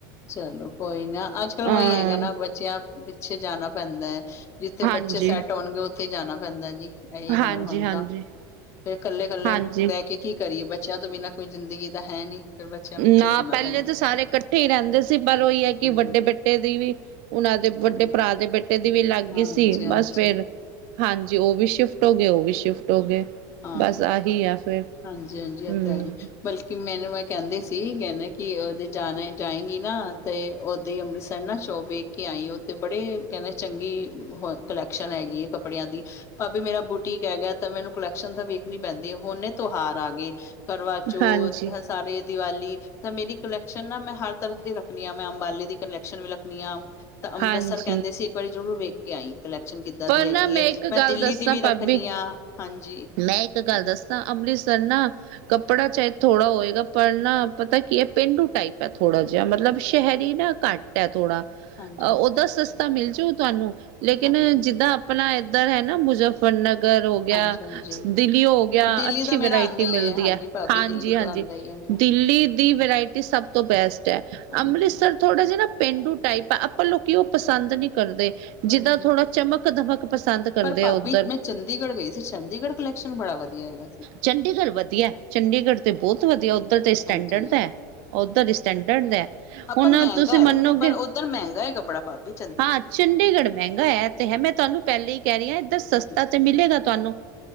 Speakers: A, on the left; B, on the right.
A: ਚਲੋ, ਕੋਈ ਨਾ, ਅੱਜ-ਕਲ
B: ਹਾਂ
A: ਉਹੀ ਹੈਗਾ ਨਾ, ਬੱਚਿਆਂ ਪਿੱਛੇ ਜਾਣਾ ਪੈਂਦਾ ਏ। ਜਿੱਥੇ
B: ਹਾਂਜੀ,
A: ਬੱਚੇ ਸੈੱਟ ਹੋਣਗੇ ਉੱਥੇ ਹੀ ਜਾਣਾ ਪੈਂਦਾ ਜੀ, ਇਹੀ
B: ਹਾਂਜੀ,
A: ਹੋ, ਹੁਣ
B: ਹਾਂਜੀ,
A: ਤਾਂ ਕੱਲੇ ਕੱਲੇ
B: ਹਾਂਜੀ।
A: ਰਹਿ ਕੇ ਕੀ ਕਰੀਏ ਬੱਚਿਆਂ ਤੋਂ ਬਿਨਾਂ ਕੋਈ ਜ਼ਿੰਦਗੀ ਤਾਂ ਹੈ ਨੀ, ਫਿਰ ਬੱਚਿਆਂ ਪਿੱਛੇ
B: ਨਾ
A: ਜਾਣਾ
B: ਪਹਿਲੇ
A: ਪੈਂਦਾ
B: ਤਾਂ ਸਾਰੇ ਇ ਇਕੱਠੇ ਹੀ ਰਹਿੰਦੇ ਸੀ, ਪਰ ਉਹੀ ਹੈ, ਕਿ,
A: ਹਾਂਜੀ
B: ਵੱਡੇ ਬੇਟੇ ਦੀ ਵੀ, ਉਹਨਾਂ ਦੇ
A: ਹਾਂਜੀ
B: ਵੱਡੇ ਭਰਾ ਦੇ ਬੇਟੇ ਦੀ ਵੀ ਲੱਗ
A: ਹਾਂਜੀ
B: ਗਈ ਸੀ,
A: ਹਾਂਜੀ
B: ਬਸ ਫਿਰ, ਹਾਂਜੀ, ਉਹ ਵੀ ਸ਼ਿਫਟ ਹੋ ਗਏ, ਉਹ ਵੀ ਸ਼ਿਫਟ ਹੋ ਗਏ।
A: ਹਾਂ,
B: ਬਸ ਆਹੀ ਆ ਫਿਰ
A: ਹਾਂਜੀ -ਹਾਂਜੀ ਓ,
B: ਹੂੰ
A: ਤੇ, ਹੈਈ। ਬਲਕਿ ਮੈਨੂੰ ਕਹਿੰਦੇ ਸੀ, ਕਹਿੰਦੇ ਕਿ, ਉਹਦੇ ਜਾਣਾ ਜਾਏਗੀ ਨਾ ਤੇ ਉਹ ਅਤੇ ਅੰਮ੍ਰਿਤਸਰ ਨਾ ਸ਼ੋ ਵੇਖ ਕੇ ਆਈ, ਉੱਥੇ ਬੜੇ ਕਹਿੰਦੇ ਚੰਗੀ, ਹੋ ਕਲੈਕਸ਼ਨ ਹੈਗੀ ਹੈ ਕੱਪੜਿਆਂ ਦੀ। ਭਾਬੀ ਮੇਰਾ ਬੂਟੀਕ ਹੈਗਾ ਤਾ, ਮੈਨੂੰ ਕੁਲੈਕਸ਼ਨ ਤਾਂ ਵੇਖਣੀ ਪੈਂਦੀ, ਹੁਣੇ ਤੋਹਾਰ ਆ ਗਏ, ਕਰਵਾਚੋਥ
B: ਹਾਂਜੀ,
A: ਹਾਂ, ਸਾਰੇ ਦੀਵਾਲੀ ਤਾਂ, ਮੇਰੀ ਕਲੈਕਸ਼ਨ ਨਾ ''ਮੈਂ ਹਰ ਤਰਫ ਦੀ ਰੱਖਣੀ ਆ, ਮੈਂ ਅੰਬਾਲੇ ਦੀ ਕਲੈਕਸ਼ਨ ਵੀ ਰੱਖਨੀ ਆ। ਅੰਮ੍ਰਿਤਸਰ
B: ਹਾਂਜੀ।
A: ਕਹਿੰਦੇ ਸੀ ਇੱਕ ਵਾਰੀ ਜ਼ਰੂਰ ਵੇਖ ਕੇ ਆਈ। ਕਲੈਕਸ਼ਨ ਕਿੱਦਾਂ
B: ਪਰ
A: ਦੀ
B: ਨਾ
A: ਹੈਗੀ ਆ
B: ਇੱਕ
A: ਮੈਂ
B: ਗੱਲ
A: ਦਿੱਲੀ
B: ਦੱਸਾਂ
A: ਦੀ ਵੀ ਰੱਖਣੀ
B: ਭਾਬੀ
A: ਆ ਹਾਂਜੀ,
B: ਮੈਂ ਇੱਕ ਗੱਲ
A: ਹਾਂਜੀ
B: ਦੱਸਾਂ ਅੰਮ੍ਰਿਤਸਰ ਨਾ ਕੱਪੜਾ ਚਾਹੇ ਥੋੜ੍ਹਾ ਹੋਏਗਾ ਪਰ ਨਾ ਪਤਾ ਕੀ ਐ ਪੇਂਡੂ ਟਾਈਪ ਐ ਥੋੜਾ ਜਿਹਾ ਮਤਲਬ ਸ਼ਹਿਰੀ ਨਾ, ਘੱਟ ਥੋੜਾ।
A: ਹਾਂਜੀ
B: ਅ ਓਦਾਂ ਸਸਤਾ ਮਿਲਜੂ ਤੁਹਾਨੂੰ ਲੇਕਿਨ
A: ਹਾਂਜੀ
B: ਜਿੱਦਾਂ ਆਪਣਾ ਇੱਧਰ ਹੈ ਨਾ ਮੁਜ਼ ਨਗਰ ਹੋ ਗਿਆ।
A: ਹਾਂਜੀ-ਹਾਂਜੀ,
B: ਦਿੱਲੀ ਹੋ ਗਿਆ
A: ਦਿੱਲੀ
B: ਅੱਛੀ
A: ਤਾਂ ਮੇਰਾ
B: ਵਰਾਇਟੀ
A: ਆਂਦਾ ਈ
B: ਮਿਲਦੀ
A: ਹਾਂਜੀ
B: ਐ
A: ਭਾਬੀ
B: ਹਾਂਜੀ-ਹਾਂਜੀ,
A: ਦਿੱਲੀ ਤੋਂ ਆਂਦਾ ਈ ਐ ਮੇਰਾ
B: ਦਿੱਲੀ ਦੀ ਵਰਾਇਟੀ। ਸਭ ਤੋਂ ਬੈਸਟ ਐ
A: ਹਾਂਜੀ।
B: ਅੰਮ੍ਰਿਤਸਰ। ਥੋੜ੍ਹਾ ਜਾ ਨਾ ਪੇਂਡੂ ਟਾਈਪ ਆ ਆਪਾਂ ਲੋਕੀ ਉਹ ਪਸੰਦ ਨੀ ਕਰਦੇ। ਜਿੱਦਾਂ
A: ਹਾਂਜੀ।
B: ਥੋੜਾ ਚਮਕ ਦਮਕ ਪਸੰਦ ਕਰਦੇ
A: ਪਰ ਭਾਬੀ
B: ਆ ਉੱਧਰ।
A: ਮੈਂ ਚੰਡੀਗੜ੍ਹ ਗਈ ਸੀ, ਚੰਡੀਗੜ੍ਹ ਕਲੈਕਸ਼ਨ ਬੜਾ ਵਧੀਆ ਹੈਗਾ ਸੀ।
B: ਚੰਡੀਗੜ੍ਹ ਵਧੀਆ, ਚੰਡੀਗੜ੍ਹ ਤੇ ਬਹੁਤ ਵਧੀਆ ਉੱਧਰ ਤੇ ਸਟੈਂਡਰਡ
A: ਹਾਂਜੀ-ਹਾਂਜੀ।
B: ਦਾ। ਉਧਰ ਹੀ ਸਟੈਂਡਰਡ ਦਾ
A: ਹਾਂ
B: ਹੁਣ
A: ਪਰ ਮਹਿੰਗਾ
B: ਤੁਸੀਂ
A: ਏ
B: ਮੰਨੋਗੇ।
A: ਪਰ ਉੱਧਰ ਮਹਿੰਗਾ ਏ ਕੱਪੜਾ ਭਾਬੀ ਚੰਡੀਗੜ੍ਹ
B: ਹਾਂ, ਚੰਡੀਗੜ੍ਹ ਮਹਿੰਗਾ ਐ ਤੇ ਹੈ ਮੈਂ ਤੁਹਾਨੂੰ ਪਹਿਲੇ ਹੀ ਕਹਿ ਰਹੀ ਆ ਇੱਧਰ ਸਸਤਾ
A: ਹਾਂਜੀ-ਹਾਂਜੀ।
B: ਤੇ ਮਿਲੇਗਾ ਤੁਹਾਨੂੰ।